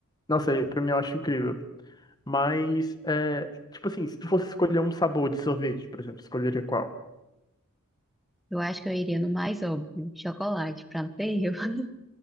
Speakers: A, on the left (about 20°); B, in the centre.
A: Nossa, é- pra mim eu acho incrível. Mas, é, tipo assim, se tu fosse escolher um sabor de sorvete, por exemplo, escolheria qual?
B: Eu acho que eu iria no mais óbvio, chocolate, pra não ter erro.